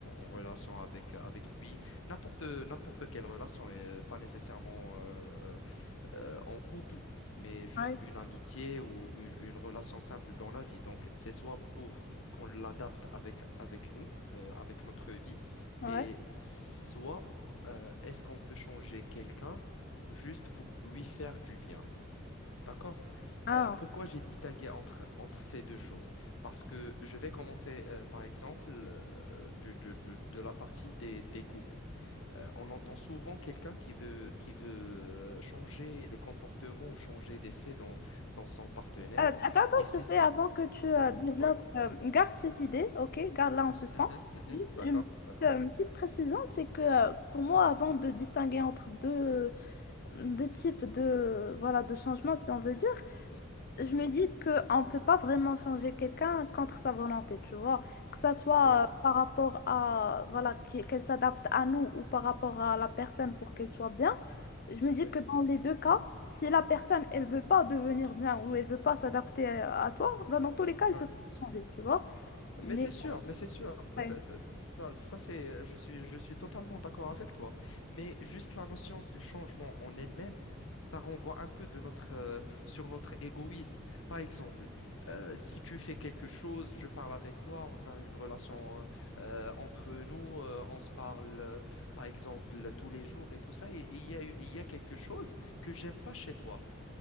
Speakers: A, on the left; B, on the left.
A: en relation avec, avec lui, n'importe n'importe quelle relation, et pas nécessairement euh, euh, en couple, mais juste
B: Ouais.
A: une amitié ou une, une relation simple dans la vie. Donc, c'est soit pour qu'on l'adapte avec, avec nous, euh, avec notre vie,
B: Ouais.
A: et soit euh, est-ce qu'on peut changer quelqu'un juste pour lui faire du bien. D'accord?
B: Ah.
A: Euh, pourquoi j'ai distingué entre, entre ces deux choses? Parce que je vais commencer, euh, par exemple, euh, de, de, de, de la partie des, des couples. Euh, on entend souvent quelqu'un qui veut, qui veut euh, changer le comportement ou changer d'effet dans, dans son partenaire.
B: Euh, attends, attends,
A: Et c'est
B: s'il te
A: sou-
B: plaît, avant que tu euh,
A: Ouais,
B: développes,
A: ouais.
B: euh, garde cette idée, ok? Garde-la en suspens.
A: Mhm, mhm.
B: Juste
A: D'accord,
B: une petite,
A: d'accord.
B: euh, une petite précision, c'est que euh, pour moi, avant de distinguer entre deux, deux types de, voilà, de changements, si on veut dire,
A: Mhm,
B: je
A: mhm.
B: me dis qu'on ne peut pas vraiment changer quelqu'un contre sa volonté, tu vois. Que ça soit
A: Ouais,
B: euh, par rapport à, voilà, qui- qu'elle s'adapte à nous ou par rapport à la personne pour qu'elle soit bien. Je me dis
A: ouais,
B: que dans les deux cas, si la personne, elle veut pas devenir bien ou elle veut pas s'adapter à à toi, ben dans tous les cas, elle
A: ouais.
B: peut pas changer, tu vois.
A: Mais
B: Mais,
A: c'est sûr, mais c'est sûr.
B: ouais,
A: Ça, ça, ça, ça, c'est, je suis, je suis totalement d'accord avec toi. Mais juste la notion du changement en elle-même, ça renvoie un peu de notre, euh, sur notre égoïsme. Par exemple, euh, si tu fais quelque chose, je parle avec toi, on a une relation euh, entre nous, euh, on se parle, euh, par exemple, tous les jours et tout ça, et il y a, il y a quelque chose que j'aime pas chez toi.